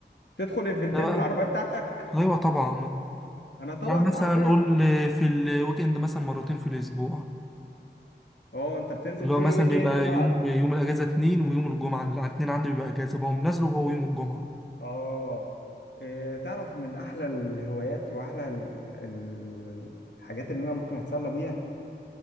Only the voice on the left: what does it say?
تدخل ايفنتات
بالعربيه بتاعتك
انا طبعا
العربيه
اه انت بتنزل
كل
ويك
اند بقى
اه إيه تعرف من احلى الهوايات واحلى ال- ال- الحاجات اللي انا ممكن اتسلى بيها